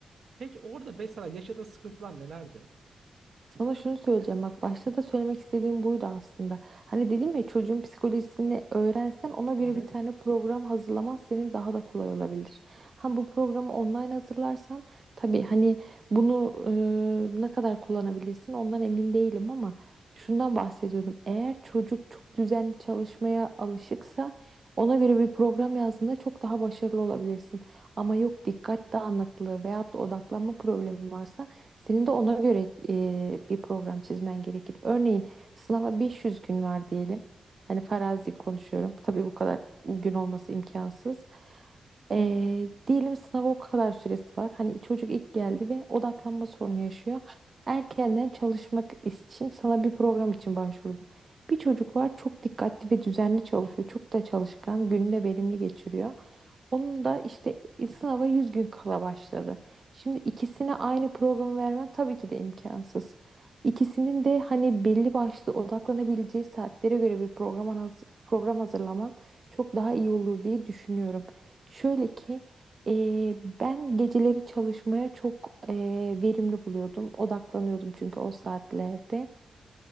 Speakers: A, on the right; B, on the right.
A: Peki orada mesela yaşadığın sıkıntılar nelerdi?
B: Sana şunu söyleyeceğim bak başta da söylemek istediğim buydu aslında. Hani dedim ya çocuğun psikolojisini öğrensen ona göre
A: Hı hı.
B: bir tane program hazırlaman senin daha da kolay olabilir. Ha bu programı online hazırlarsan tabii hani bunu e, ne kadar kullanabilirsin ondan emin değilim ama şundan bahsediyordum. Eğer çocuk çok düzenli çalışmaya alışıksa ona göre bir program yazdığında çok daha başarılı olabilirsin. Ama yok dikkat dağınıklığı veyahut da odaklanma problemi varsa senin de ona göre e, bir program çizmen gerekir. Örneğin sınava 500 gün var diyelim. Hani farazi konuşuyorum. Tabii bu kadar gün olması imkansız. E, diyelim sınava o kadar süresi var. Hani çocuk ilk geldi ve odaklanma sorunu yaşıyor. Erkenden çalışmak için sana bir program için başvurdu. Bir çocuk var çok dikkatli ve düzenli çalışıyor. Çok da çalışkan, gününü de verimli geçiriyor. Onun da işte e, sınava 100 gün kala başladı. Şimdi ikisine aynı programı vermen tabii ki de imkansız. İkisinin de hani belli başlı odaklanabileceği saatlere göre bir program, haz- program hazırlaman çok daha iyi olur diye düşünüyorum. Şöyle ki eee, ben geceleri çalışmaya çok eee, verimli buluyordum. Odaklanıyordum çünkü o saatlerde.